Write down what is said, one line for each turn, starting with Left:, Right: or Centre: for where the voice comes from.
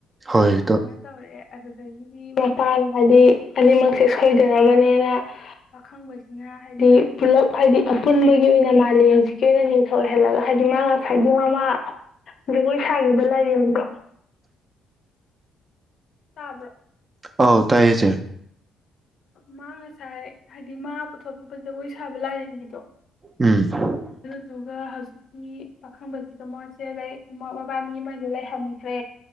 Right: ꯍꯣꯏ
Left: ꯑꯗꯨꯃꯥꯏ
Right: ꯇ
Left: ꯇꯧꯔꯦ ꯑꯗꯨꯗꯒꯤ ꯃꯤ ꯃꯄꯥꯟ ꯍꯥꯏꯗꯤ ꯑꯅꯤꯃꯛꯁꯦ ꯁꯣꯏꯗꯅꯕꯅꯦꯅ ꯄꯥꯈꯪꯕꯁꯤꯅ ꯍꯥꯏꯗꯤ ꯄꯨꯜꯂꯞ ꯍꯥꯏꯗꯤ ꯑꯄꯨꯟꯕꯒꯤ ꯑꯣꯏꯅ ꯃꯥꯂꯦꯝꯁꯤꯒꯤ ꯑꯣꯏꯅ ꯅꯤꯡꯊꯧ ꯑꯣꯏꯍꯜꯂꯒ ꯍꯥꯏꯗꯤ ꯃꯥ ꯉꯁꯥꯏꯒꯤ ꯃꯃꯥ ꯖꯒꯣꯏ ꯁꯥꯈꯤꯕ ꯂꯥꯏꯔꯦꯝꯕꯤꯗꯣ ꯇꯥꯕ꯭ꯔꯣ
Right: ꯑꯥꯎ ꯇꯥꯏꯌꯦ ꯆꯦ
Left: ꯃꯥ ꯉꯁꯥꯏ ꯍꯥꯏꯗꯤ ꯃꯥ ꯄꯨꯊꯣꯛꯈꯤꯕ ꯖꯒꯣꯏ ꯁꯥꯕ ꯂꯥꯏꯔꯦꯝꯕꯤꯗꯣ
Right: ꯎꯝ
Left: ꯑꯗꯨꯒ ꯍꯧꯖꯤꯛꯇꯤ ꯄꯥꯈꯪꯕꯁꯤꯒ ꯃꯣꯏꯁꯦ ꯎꯃꯥ ꯃꯕꯥꯅꯤ ꯑꯃꯗ ꯂꯩꯍꯟꯈ꯭ꯔꯦ